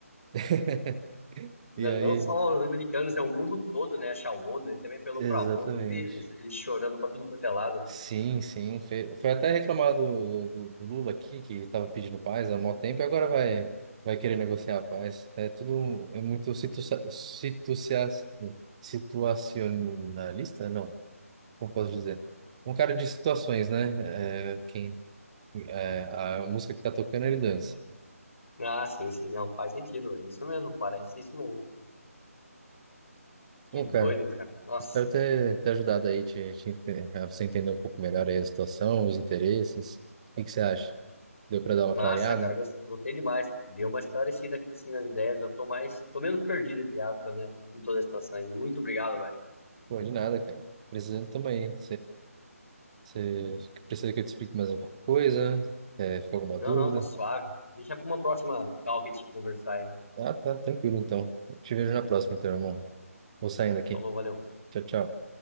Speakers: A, on the right; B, on the left.
A: <laughs>
B: N-
A: E aí,
B: Não só os americanos, é o mundo todo, né? Acha a ONU, ele também apelou
A: exatamente.
B: pra ONU, eu vi eles, eles chorando pra tudo quanto é lado.
A: Sim, sim. Foi, foi até reclamar do, do, do Lula aqui, que estava pedindo paz há mó tempo, e agora vai, vai querer negociar a paz. É tudo um, é muito
B: <laughs>
A: situa situacia- situacionalista? Não, como posso dizer? Um cara de situações, né? É, quem, é, a música que tá tocando, ele dança.
B: Ah, sim, sim, não faz sentido, é isso mesmo, parece isso mesmo. Que
A: Bom,
B: doido,
A: cara,
B: cara. Nossa,
A: espero ter, ter ajudado aí, te, te ente- a você entender um pouco melhor aí a situação, os interesses. O que que você acha? Deu para dar uma
B: massa,
A: clareada?
B: cara, gos- gostei demais. Deu uma esclarecida aqui em cima nas ideias, eu tô mais, tô menos perdido, entre aspas, né? Em toda a situação. aí. Muito obrigado, velho.
A: Pô, de nada, cara. Precisando também. Você precisa que eu te explique mais alguma coisa? É, ficou alguma
B: Não,
A: dúvida?
B: não, tá suave. Deixa pra uma próxima call que a gente conversar aí.
A: Ah, tá, tranquilo então. Eu te vejo na próxima, então, irmão. Vou saindo aqui.
B: Falou, valeu.
A: Tchau, tchau.